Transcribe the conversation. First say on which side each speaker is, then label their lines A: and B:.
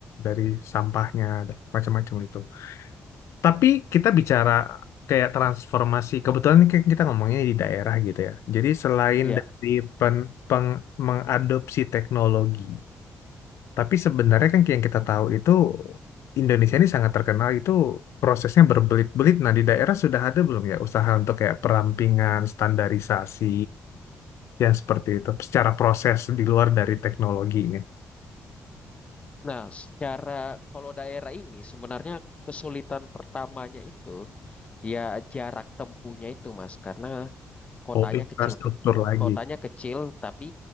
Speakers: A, on the left; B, on the left.
A: dari sampahnya, dan macam-macam itu. Tapi kita bicara kayak transformasi, kebetulan ini kan kita ngomongnya di daerah gitu ya. Jadi selain
B: Ya.
A: dari pen, peng- mengadopsi teknologi, tapi sebenarnya kan yang kita tahu itu Indonesia ini sangat terkenal itu prosesnya berbelit-belit. Nah, di daerah sudah ada belum ya usaha untuk kayak perampingan, standarisasi yang seperti itu secara proses di luar dari teknologinya.
B: Nah, secara kalau daerah ini sebenarnya kesulitan pertamanya itu Ya jarak tempuhnya itu Mas, karena kotanya
A: Oh, infrastruktur
B: kecil-kecil,
A: lagi.
B: kotanya kecil tapi